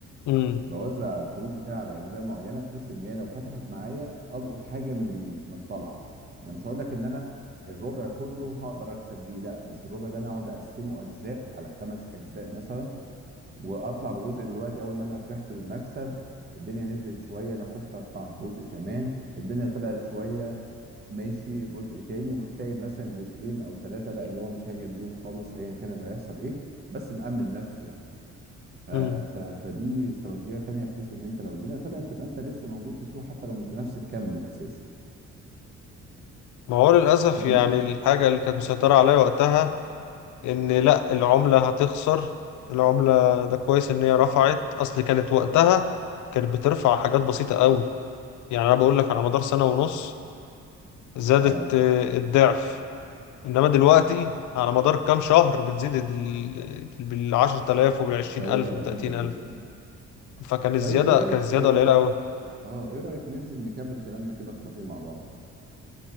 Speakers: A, on the left; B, on the right.
A: امم
B: بوزع الخروج بتاعي على اجزاء معينه بحيث ان هي لو فتحت معايا القط حاجه من ال- من الطلعه انا مش هقول لك ان انا الربع كله هقدر اكسب بيه لا بس الربع ده انا اقعد اقسمه اجزاء على خمس اجزاء مثلا واطلع بجزء دلوقتي اول ما انا فرحت بالمكسب الدنيا نزلت شويه انا خفت اقطع جزء كمان الدنيا طلعت شويه ماشي جزء تاني وسايب مثلا جزئين او ثلاثه لا اللي هو مش هاجم بيهم خالص ايا كان اللي هيحصل ايه بس مأمن نفسي يعني ف-
A: امم
B: ف- فدي استراتيجيه تانيه بحيث ان انت لو الدنيا طلعت تبقى انت لسه موجود في السوق حتى لو مش بنفس الكم الاساسي
A: ما هو للأسف
B: تمام
A: يعني الحاجة اللي كانت مسيطرة عليا وقتها إن لأ العملة هتخسر العملة ده كويس إن هي رفعت أصل كانت وقتها كانت بترفع حاجات بسيطة قوي يعني أنا بقول لك على مدار سنة ونص زادت
B: اه
A: آه، الضعف إنما دلوقتي على مدار كام شهر بتزيد ال- بالعشرة آلاف وبالعشرين
B: بطريقة
A: ألف وبالتلاتين
B: رهيبة جدا
A: ألف. فكان الزيادة
B: طيب ايه رايك
A: كانت الزيادة قليلة أوي
B: اه ايه رايك ننزل نكمل كلامنا كده في كافيه مع بعض